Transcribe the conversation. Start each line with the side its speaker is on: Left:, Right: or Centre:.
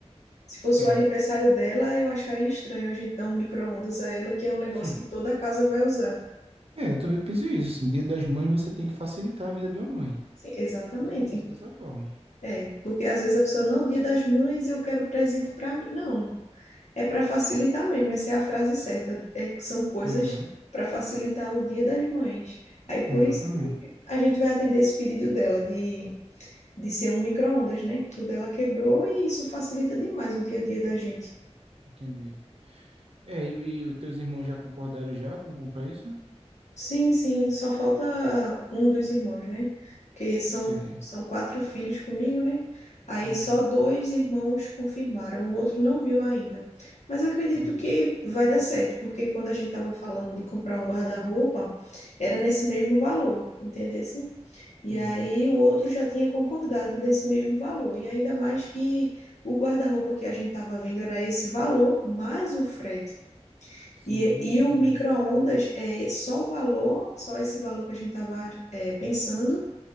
Left: Se fosse
Right: é.
Left: o aniversário dela, eu acharia estranho a gente dar um micro-ondas a ela, que é um negócio
Right: <laughs>
Left: que toda casa vai usar.
Right: É, eu também penso isso, assim, Dia das Mães você tem que facilitar a vida de uma mãe.
Left: Sim, exatamente.
Right: Eu também penso dessa forma.
Left: É, porque às vezes a pessoa, não, Dia das Mães, eu quero presente para mim. Não, é para facilitar mesmo, essa é a frase certa. É, são coisas
Right: Uhum,
Left: para facilitar o Dia das Mães. Aí por
Right: exatamente.
Left: isso que a gente vai atender esse pedido dela de, de ser um micro-ondas, né? Que o dela quebrou e isso facilita demais o dia a dia da gente.
Right: Entendi. É, e, e os teus irmãos já concordaram já com comprar isso?
Left: Sim, sim, só falta um dos irmãos, né? Porque são,
Right: Entendi.
Left: são quatro filhos comigo, né? Aí
Right: Uhum,
Left: só dois irmãos confirmaram, o outro não viu ainda. Mas acredito
Right: entendi,
Left: que vai dar certo, porque quando a gente estava falando de comprar um guarda-roupa, era nesse mesmo valor, entendesse? E
Right: entendi.
Left: aí o outro já tinha concordado nesse mesmo valor. E ainda mais que o guarda-roupa que a gente estava vendo era esse valor mais o frete.
Right: Sim,
Left: E, e
Right: entendi.
Left: o micro-ondas é só o valor, só esse valor que a gente estava pensando,